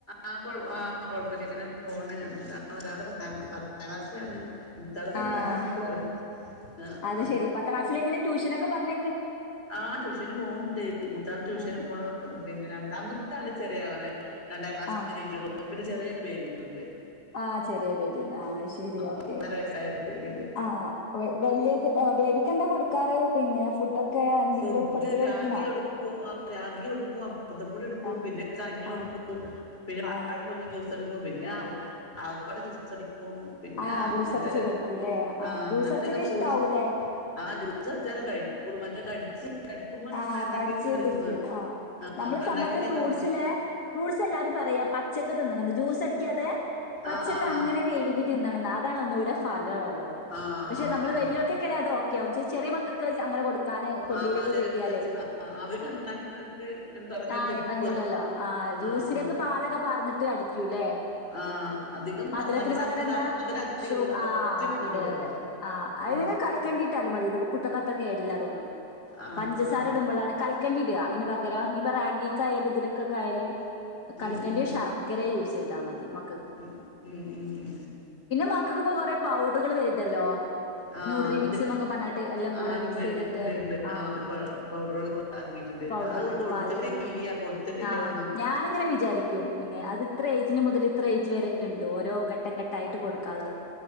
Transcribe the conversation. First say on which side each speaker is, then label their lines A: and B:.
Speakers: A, on the left (about 40°); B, on the left (about 80°).
A: ആഹ് കൊഴപ്പല്ല ഇങ്ങനെ പോണ് ന്താ ഒരാള് പത്താം പത്താം ക്ലാസ്സിലാണ് മൂത്താള് പത്താം
B: ആഹ്
A: ക്ലാസ്സിലാണ് ആ,
B: അത്
A: ആ,
B: ശരി പത്താം ക്ലാസ്സിലെങ്ങനെ ട്യൂഷനൊക്കെ പറഞ്ഞ
A: ആഹ് ട്യൂഷന് പോവ്ണ്ട്. മുത്താള് ട്യൂഷന്
B: ഉം.
A: പോണ് പിന്നെ രണ്ടാമത്താള് ചെറിയ ആളാണ് രണ്ടാം ക്ലാസ്സ്‌
B: ആ
A: <unintelligible> പിന്നെ ചെറീ ഒരു ബേബിണ്ട്
B: ആഹ് ചെറീ ബേബിണ്ട ആഹ് അത് ശരി ഓക്കെ
A: ഒന്നര വയസ്സായ ബേബി ഉണ്ട്
B: ആഹ് വെല്യാത് ബേബിക്കെന്താ കൊട് പിന്നെ ഫുഡൊക്കെ
A: ഫുഡ്ഡ്
B: കൊടുക്കല് തുടങ്ങിണോ?
A: രാഗിടുക്കു ആഹ് രാഗി ഒടുക്കുംഅമൃതംപ്പൊടി ഒടുക്കും
B: ആ
A: പിന്നെ കഞ്ഞി
B: ആ
A: ഒടുക്കും പിന്നെ പഴം
B: ആ
A: പുഴുങ്ങി ജൂസടിക്കും പിന്നെ അവക്കടൊ ജൂസടി പിന്നെ
B: ആ
A: അങ്ങൻത്തെന്
B: ജ്യൂസ് അടിച്ച് കൊടുക്കൂല്ലേ? ആ
A: ആഹ് അങ്ങനൊക്കെ
B: ജ്യൂസ് അടിച്ചൊക്കെ
A: ഫ്രൂട്ട്സ്
B: ഇഷ്ടാവൂലേ?
A: ആഹ് ജൂസടിച്ചാലെ ഓൻ കഴിക്കുളു മറ്റെ കടിച്ച് കടിക്കുമ്പോ
B: ആഹ്
A: അങ്ങനെ അണ്ണാക്കി
B: കടിച്ച്
A: കിണറിക്കുന്നത്
B: തുപ്പിടും ആഹ് നമ്മള്
A: ആ അണ്ണാക്കി
B: സമ്പത്തെ ഫ്രൂട്സ്സില്ലെ
A: തറഞ്ഞു
B: ഫ്രൂട്സെല്ലാരും പറയാ പ്പ പച്ചക്ക് തിന്നണം ജ്യൂസ് അടിക്കാതെ പച്ചക്ക്
A: ആ ആ ആ
B: അങ്ങനെ കഴുകി തിന്നണംന്ന് അതാണ് ഒന്നൂടെ ഫാ അല്ല
A: ആ
B: പഷെ
A: ആ ആ
B: നമ്മള് വല്യോൽകൊക്കേണെ അതോക്കാവും ചെറീ മകക്ക് അങ്ങനെ കൊടുക്ക ക്കാന് കൊല്ലീലൊക്കെ
A: ആ ആ ചെറിയ
B: എലെ
A: ചാച്ചി. ആ, ആ, അവർക്ക് അണ്ണാക്കി കിണറ്റ് ഞാൻ തറഞ്ഞെടുത്ത്
B: ആഹ്
A: ഉപ്പ്
B: എറങ്ങൂലല്ലൊ ആഹ്
A: ആ
B: ജൂസിലൊക്കെ
A: ആ
B: പാലൊ പാർന്ന്ട്ട് അടിക്കൂല്ലേ
A: ആ അധികം
B: മധുരത്തിന്
A: പഞ്ചസാര
B: പകരെന്താ
A: ഇടാ- മധുരം അധികം
B: ഷു
A: ഇടൂല
B: ആഹ്
A: കുറച്ച് മധുരം
B: ഇടേത്
A: ഇടുള്ളൂ
B: ആഹ്
A: ഉം.
B: നി കൽക്കണ്ടിട്ടാലും മതി ഇടുമ്പൊ കുട്ടീക്കത്ത്റ കേടില്ലാ തോന്നുന്നുണ്ട്
A: ആ
B: പഞ്ചസാര
A: ആ
B: ഇടുമ്പളാണ് കൽക്കണ്ടിട അയിന് പകരം ഇനിപ്പൊ റാഗീക്കായാലും ഇതിലൊക്കൊക്കായാലും
A: ഉം,
B: കൽക്കണ്ടിയൊ
A: ഉം, ഉം,
B: ശർക്കരെ യൂസീത മതി മക്കക്ക്
A: ഉം, ഉം ഉം
B: മകക്ക്പ്പൊ കൊറേ പൗടറ്കൾ വര്ണ്ടല്ലൊ
A: ആ
B: ന്യൂട്രി
A: ഉണ്ട്
B: മിക്സ്ന്നൊക്കെ പറഞ്ഞ്ട്ട് എല്ലം
A: ആ
B: കൂടെ
A: ഉണ്ട്
B: മിക്സീത്ട്ട്
A: ഉണ്ട് ഉണ്ട്
B: ആഹ്
A: ആ ഒരു പൗഡറുകളൊക്കെ ഇറങ്ങിയിട്ടുണ്ട്
B: പൗഡറൊക്കെണ്ട്
A: അത് കൊടുത്തിട്ടില്ല
B: പാലിലൊക്കെ കറി
A: കൊടുത്തിട്ടില്ല
B: ആഹ്
A: അതൊന്നും
B: ഞാനങ്ങനെ വിജാരി യും പിന്നെ അത് ഇത്രെ ഏയ്ജിന് മുതല് ഇത്ര ഏയ്ജ് വരെ ഒക്കെണ്ട് ഓരോ ഘട്ടംഘട്ടായിട്ട് കൊട്ക്കാള്ളത